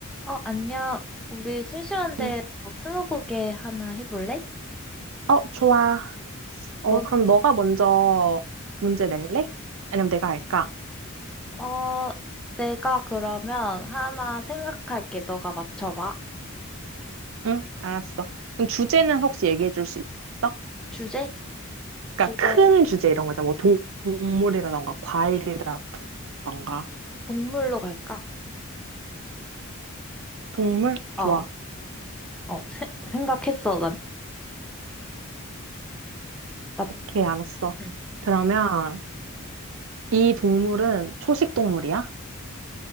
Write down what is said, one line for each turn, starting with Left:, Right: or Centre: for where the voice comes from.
Centre: 어, 안녕. 우리 심심한데
Right: 음.
Centre: 뭐 스무고개 하나 해볼래?
Right: 어, 좋아. 어,
Centre: 뭔
Right: 그럼 너가 먼저 문제 낼래? 아니면 내가 할까?
Centre: 어, 내가 그러면 하나 생각할게. 너가 맞춰봐.
Right: 응, 알았어. 그럼 주제는 혹시 얘기해 줄 수 있어?
Centre: 주제?
Right: 그러니까
Centre: 주제
Right: 큰 주제 이런 거잖아. 뭐 동물이라던가 과일이라던가.
Centre: 동물로 갈까?
Right: 동물?
Centre: 어,
Right: 좋아.
Centre: 어, 어, 세, 생각했어. 난, 맞,
Right: 오케이, 알았어.
Centre: 응.
Right: 그러면 이 동물은 초식 동물이야?